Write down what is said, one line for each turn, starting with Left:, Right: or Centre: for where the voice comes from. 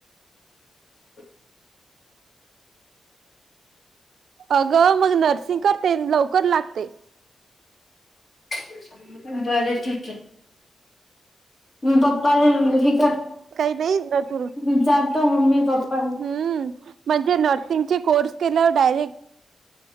Left: अ..
Right: अग मग नरसिंग करते लव लवकर लागते
Left: बर, ठीक आहे हम्म पप्पा <unintelligible>
Right: काही नाही ना तुर,
Left: विचारतो मम्मी पप्पा
Right: हम्म म्हणजे न त्यानंचे कोर्स केलावर डायरेक्ट